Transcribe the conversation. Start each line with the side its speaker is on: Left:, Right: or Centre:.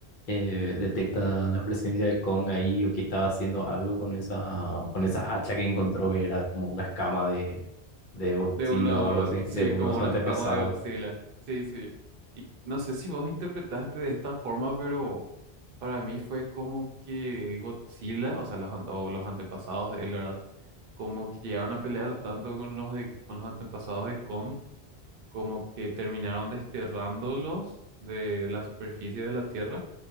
Left: eh, detecta la presencia de Kong ahí o que estaba haciendo algo con esa, con esa hacha que encontró que era como una escama de, de Godzilla
Right: De uno,
Left: o algo así,
Right: sí,
Left: de uno
Right: como
Left: de sus
Right: una
Left: antepasados.
Right: escama de Godzilla. Sí, sí. Y no sé si vos interpretaste de esta forma, pero para mí fue como que Godzilla, o sea, los, an- o los antepasados de él, ¿verdad? Como que llegaron a pelear tanto con los de, con los antepasados de Kong como que terminaron desterrándolos de la superficie de la Tierra